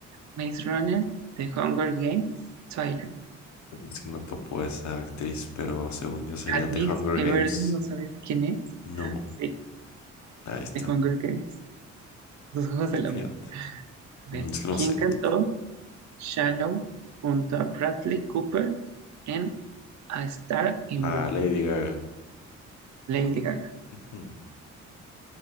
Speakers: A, on the right (about 65°); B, on the left (about 70°).
A: Maze Runner, The Hunger Games, Twilight.
B: Es que no topo esa actriz, pero según yo sería
A: Katniss
B: The Hunger
A: Everdeen,
B: Games.
A: ¿no sabes quién es?
B: No,
A: Sí,
B: ahí está.
A: The Hunger Games, Los Juegos del
B: Fíjate.
A: Hambre. A ver,
B: Mm, Es que no
A: ¿quién
B: sé,
A: cantó
B: no topo.
A: Shallow junto a Bradley Cooper en A Star Inborn,
B: Ah, Lady Gaga.
A: Lady Gaga.
B: <laughs> Ujú.